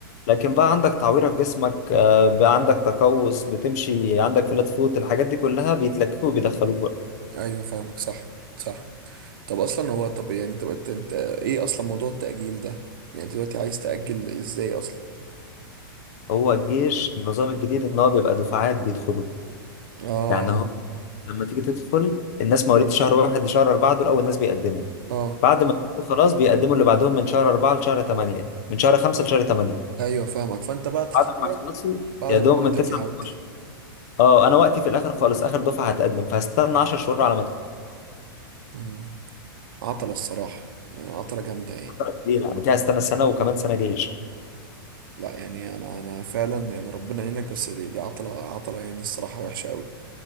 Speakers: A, on the left; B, on the right.
A: لكن بقى عندك تعويرة في جسمك آه، بقى عندك تقوس بتمشي عندك فلات فوت الحاجات دي كلها بيتلكفوا وبيدخلوك بقى
B: ايوه فاهمك صح صح طب اصلا هو طب يعني طب انت انت ايه اصلا موضوع التأجيل ده يعني انت دلوقتي عايز تأجل ازاي اصلا
A: هو الجيش النظام الجديد ان هو بيبقى دفعات بيدخلوا
B: اه
A: يعني هو لما تيجي تدخل الناس مواليد شهر واحد لشهر أربعة دول أول ناس بيقدموا
B: اه
A: بعد ما يدخلوا خلاص بيقدموا اللي بعدهم من شهر أربعة لشهر تمانية من شهر خمسة لشهر تمانية
B: ايوه فاهمك فانت بقى تتخرج
A: بعد ما يخلصوا
B: بعد
A: يا دوب
B: ما وقتك
A: من تسعة
B: يعدي
A: ل 12 اه انا وقتي في الاخر خالص اخر دفعه هتقدم فهستنى 10 شهور على ما ادخل
B: امم عطلة الصراحة يعني عطلة جامدة يعني
A: فترة كبيرة، يعني كده هستنى سنه وكمان سنه جيش
B: لا يعني انا انا فعلا يعني ربنا يعينك بس دي, دي عطلة عطلة يعني الصراحة وحشة قوي